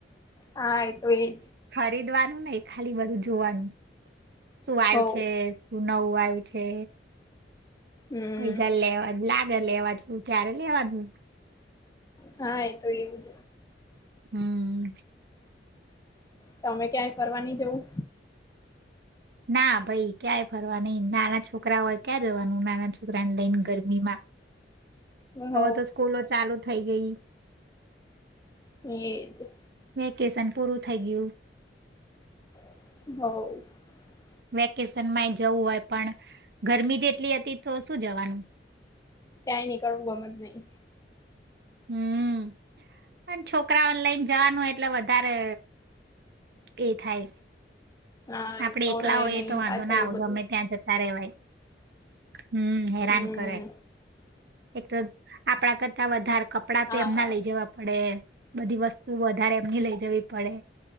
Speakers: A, on the left; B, on the right.
A: હા એતો એજ
B: ખરીદવાનું નહિ ખાલી બધું જોવાનું શું આવ્યું
A: હો
B: છે શું નવું આવ્યું છે.
A: હમ
B: પહીઝા લેવા જ લાખ લેવાનુ ત્યારે લેવાનુ
A: હા એ તો એવું જ
B: હમ
A: તમે ક્યાંય ફરવાની જવું
B: ના ભાઈ ક્યાંય ફરવા નઈ નાના છોકરા હોય ક્યાં જવાનું નાના છોકરાને લઈને ગરમીમાં
A: હવ
B: હવે તો સ્કૂલો ચાલુ થઈ ગઈ
A: એજ
B: વકેશન પૂરું થઈ ગયું.
A: હવ
B: વેકેશનમાં એ જવું હોય પણ ગરમી જેટલી હતી તો શું જવાનું
A: ક્યાંય નીકળવું ગમે જ નહી
B: હમ પણ છોકરા ઓનલાઈન જવાનું એટલે વધારે એ થાય
A: હા
B: આપડે
A: એ તો
B: એકલા
A: રે
B: હોયએ
A: નહી
B: તો વાંધો
A: પાછા
B: ના આવ
A: એવું
B: ગમે
A: બધું
B: ત્યાં જતા રેવાય <unintelligible> હમ હેરાન
A: હમ
B: કરે એક આપણા કરતા વધારે કપડા તો
A: હા
B: એમના લઈ જવા પડે બધી વસ્તુ વધારે એમની લઈ જવી પડે